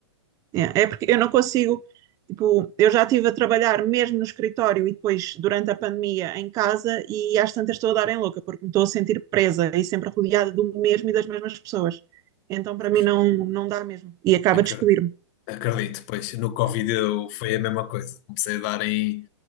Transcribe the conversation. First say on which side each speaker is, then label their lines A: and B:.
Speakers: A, on the right; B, on the left.
A: é, é porque eu não consigo. Tipo, eu já estive a trabalhar mesmo no escritório e depois, durante a pandemia, em casa, e às tantas estou a dar em louca, porque me estou a sentir presa e sempre rodeada do mesmo e das mesmas pessoas. Então, para
B: Pois,
A: mim, não, não dá mesmo. E acaba
B: acre-
A: de despedir-me.
B: acredito, pois no Covid eu, foi a mesma coisa. Comecei a dar em